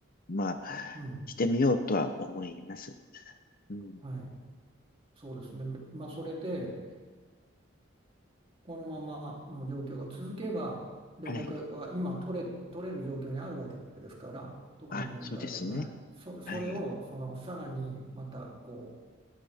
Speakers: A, on the left (about 45°); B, on the right (about 30°).
A: まあ、
B: うん、
A: してみようとは思います。うん。
B: はい、そうですね、まあ、それで、このままの状況が続けば、連絡は今取れ、
A: はい。
B: 取れる状況にあるわけですから、特に問題はない。
A: あ、そうですね。
B: そ、それをそのさらにまたこ
A: はい。